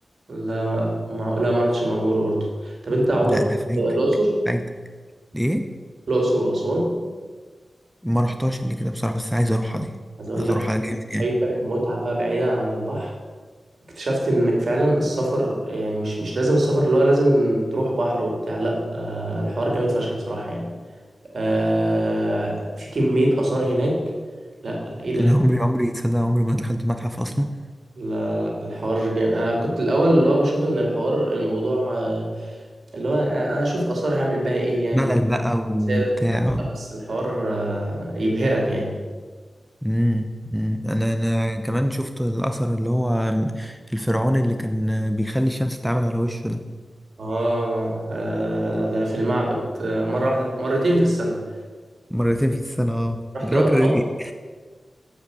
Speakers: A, on the right; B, in the centre.
A: لا ما لا ما رحتش معموره برضه طب انت عمرك
B: لا
A: رحت
B: ده فايتك
A: الاقصر
B: فايتك ايه؟
A: الاقصر واسوان
B: ما رحتهاش قبل كده بصراحة بس عايز اروحها دي
A: عايز اقول
B: عايز
A: لك
B: اروحها جامد يعني
A: فايتك متعه بقى بعيده عن البحر اكتشفت انك فعلا السفر يعني مش مش لازم السفر اللي هو لازم تروح بحر وبتاع لا آه، الحوار جامد فشخ بصراحه يعني آه في كمية آثار هناك لا ايه ده
B: انا عمري عمري تصدق عمري ما دخلت متحف اصلا
A: لا الحوار جامد انا كنت الاول اللي هو بشوف ان الحوار الموضوع آه، اللي هو انا اشوف آثار هعمل بها ايه يعني
B: ملل بقى وبتاع
A: مثال لا، بس الحوار آه، يبهرك يعني
B: امم أمم. انا انا كمان شفت الاثر اللي هو الفرعون اللي كان بيخلي الشمس تتعامد على وشه ده
A: اه آه، ده في المعبد آه، مرة واحدة مرتين في السنة
B: مرتين في السنة اه
A: رحت
B: ده
A: الأهرامات
B: راجل رايق